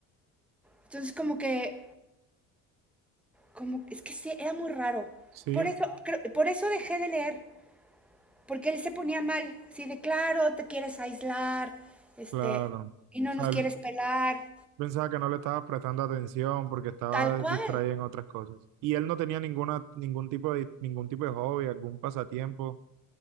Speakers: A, in the centre; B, on the right.
A: Entonces como que, como, es que sí, era muy raro.
B: sí.
A: Por eso, creo- por eso dejé de leer. Porque él se ponía mal, así de claro, te quieres aislar, este,
B: Claro. O
A: y no
B: sea,
A: nos
B: él
A: quieres pelar,
B: pensaba que no le estaba prestando atención porque estaba
A: tal cual.
B: distraído en otras cosas. Y él no tenía ninguna, ningún tipo de, ningún tipo de hobby, algún pasatiempo,